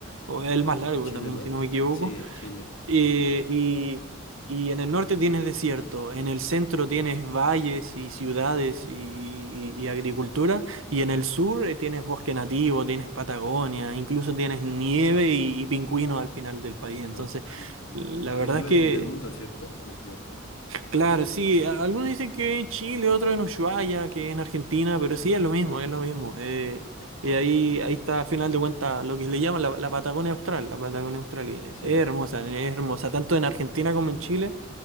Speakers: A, on the right; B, on the left.
A: o es el más largo
B: Es Chile,
A: también,
B: ¿no?
A: si no me equivoco.
B: Sí, es Chile.
A: Eh, y, y en el norte tienes desierto, en el centro tienes valles y ciudades y, y- y agricultura, y en el sur eh, tienes bosque nativo, tienes Patagonia, incluso tienes nieve y, y pingüinos al final del país. Entonces,
B: Locura.
A: la verdad
B: Eso
A: es
B: es lo
A: que...
B: del fin del mundo, ¿cierto? ¿O me equivoco?
A: Claro, sí, a- algunos dicen que en Chile, otros en Ushuaia, que en Argentina, pero sí es lo mismo, es lo mismo. eh, y ahí, ahí está, al final de cuentas, lo que le llaman la, la Patagonia Austral, la Patagonia Austral, y es
B: Sí,
A: hermosa, es hermosa, tanto en Argentina como en Chile.